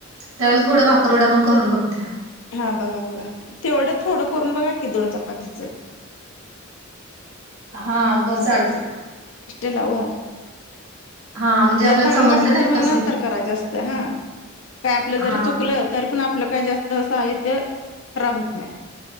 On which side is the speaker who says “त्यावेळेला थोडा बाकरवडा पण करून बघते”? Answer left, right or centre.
Right